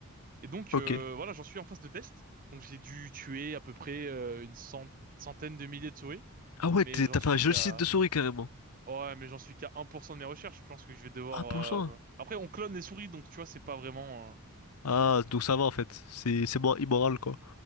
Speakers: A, on the right; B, on the left.
A: Et donc
B: ok.
A: euh, voilà, j'en suis en phase de test. Donc j'ai dû tuer à peu près euh, une cent- centaine de milliers de souris,
B: Ah ouais,
A: mais
B: t'es-
A: j'en
B: t'as fait
A: suis
B: un génocide
A: qu'à
B: de souris carrément.
A: Ouais, mais j'en suis qu'à 1% de mes recherches. Je pense que je vais devoir.
B: Ah, pour ça.
A: euh, Après, on clone les souris, donc tu vois, c'est pas vraiment. euh,
B: Ah, donc ça va en fait. C'est c'est moins immoral quoi.